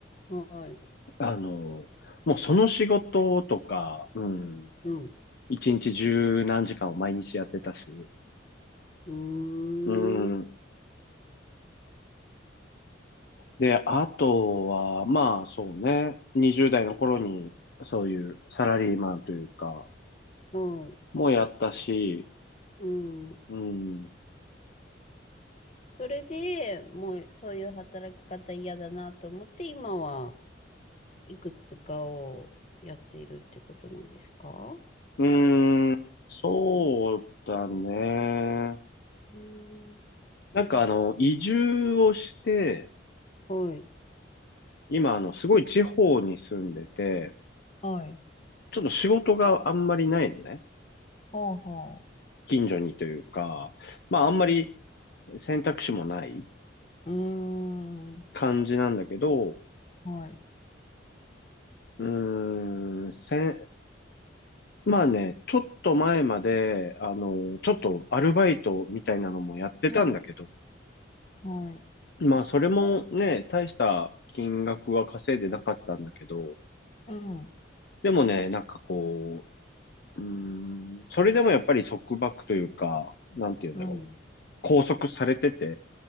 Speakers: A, on the left; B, on the left.
A: うん。はい。
B: あの、もうその仕事とか、うん、
A: うん。
B: 1日十何時間を毎日やってたし、
A: うーん。
B: うん。で、あとは、まあそうね、20代の頃にそういうサラリーマンというか、
A: はい。
B: もやったし、
A: うん。
B: うん、
A: それで、もうそういう働き方嫌だなと思って、今はいくつかをやっているってことなんですか
B: うーん、そうだね。
A: うーん。
B: なんかあの、移住をして、
A: はい。
B: 今あの、すごい地方に住んでて、
A: はい。
B: ちょっと仕事があんまりないのね。
A: はあは
B: 近所にというか、まああんまり選択肢もない
A: あうーん。
B: 感じなんだけど、
A: はい。
B: うーん、せん、まあね、ちょっと前まで、あの、ちょっとアルバイトみたいなのもやってたんだけど、
A: うん。はい。
B: まあそれもね、大した金額は稼いでなかったんだけど、
A: うん。
B: でもね、なんかこう、うーん、それでもやっぱり束縛というか、なんて言うんだろう。
A: うん。
B: 拘束されてて、